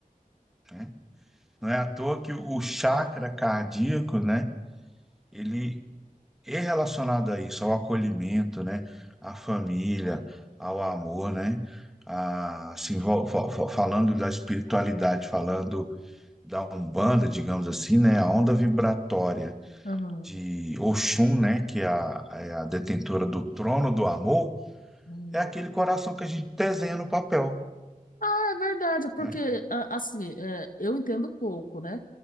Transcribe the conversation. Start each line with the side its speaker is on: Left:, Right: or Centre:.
Centre: né? Não é à toa que o chakra cardíaco, né? Ele E relacionado a isso, ao acolhimento, né? À família, ao amor, né? A, assim, vo- fa- fa- falando da espiritualidade, falando da Umbanda, digamos assim, né? A onda vibratória
Left: aham,
Centre: de Oxum, né? Que é a, é a detentora do trono do amor,
Left: aham.
Centre: é aquele coração que a gente desenha no papel,
Left: Ah, é verdade, porque
Centre: né?
Left: a- assim, é, eu entendo pouco, né?